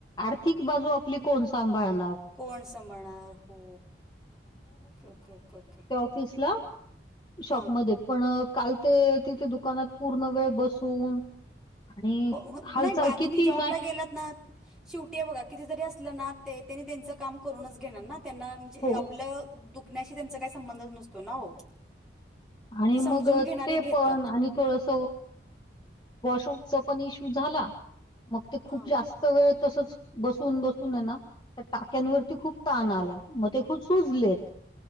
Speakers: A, on the left; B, in the centre.
A: आर्थिक बाजू आपली कोण सांभाळणार
B: कोण संभाळणार?..... हो.... okay- okay- okay -okay
A: office ला शॉपमध्ये
B: हां
A: पण काल ते तिथे दुकानात पूर्ण वेळ बसून आणि
B: हो
A: हालचाल
B: नाही बा
A: किती
B: तुम्ही जॉबला
A: नाही
B: गेलात ना शेवटी आहे बघा कींती जरी असलं ना ते त्यांनी त्यांच काम करूनच घेणार ना त्यांना म्हणजे
A: हो
B: आपलं दुखण्याशी त्यांचा काही संबंधच नसतो ना हो,
A: आणि
B: ते समजून
A: मग अ,
B: घेणारे
A: ते
B: घेतात
A: पण आणि थोडस वॉशरूमचा पण इश्यू झाला मग ते खूप
B: हा
A: जास्त वेळ तसच बसून -बसून आहे ना त्या टाक्यांवरती खूप ताण आला. मग ते खूप सुजलेत.